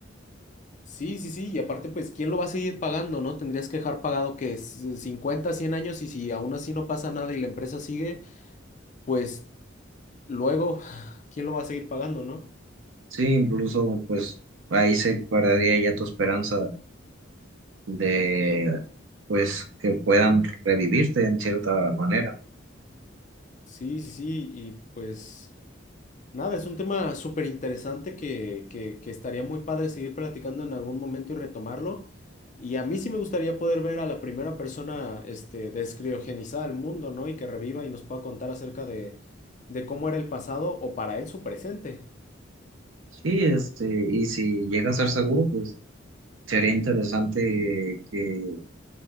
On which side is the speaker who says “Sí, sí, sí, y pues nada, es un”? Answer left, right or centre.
Left